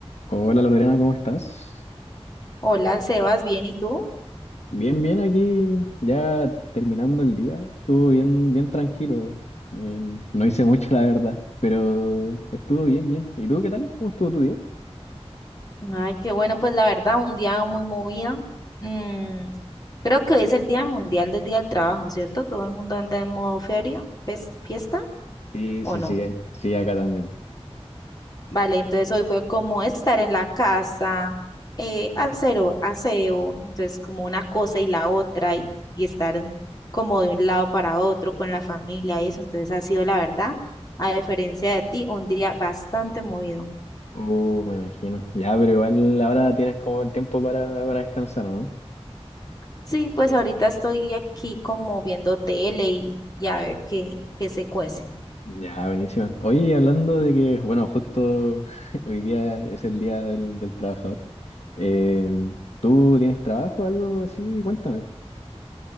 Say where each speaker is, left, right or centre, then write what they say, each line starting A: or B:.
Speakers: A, on the left; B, on the left.
A: Hola Lorena, ¿cómo estás?
B: Hola, Sebas, ¿bien y tú?
A: Bien, bien, aquí ya terminando el día. Estuvo bien, bien tranquilo. Eh, no hice mucho, la verdad, pero estuvo bien, bien. ¿Y tú qué tal? ¿Cómo estuvo tu día?
B: Ay, qué bueno, pues la verdad, un día muy movido. Mm, creo que hoy es el Día Mundial del Día del Trabajo, ¿cierto? Todo el mundo anda en modo feria, fes- fiesta,
A: Sí,
B: ¿o
A: sí,
B: no?
A: sí, eh, sí, acá también.
B: Vale, entonces hoy fue como estar en la casa, eh, hacer o- aseo, entonces como una cosa y la otra y, y estar en- como de un lado para otro con la familia y eso, entonces ha sido la verdad, a diferencia de ti, un día bastante movido.
A: Uh, me imagino. Ya, pero igual ahora tienes como el tiempo para, para descansar, ¿o ¿no?
B: Sí, pues ahorita estoy aquí como viendo tele y, y a ver qué, qué se cuece.
A: Ya, buenísima. Oye, hablando de que, bueno, justo <laughs> hoy día es el día del, del trabajador. Eh, ¿tú tienes trabajo o algo así? Cuéntame.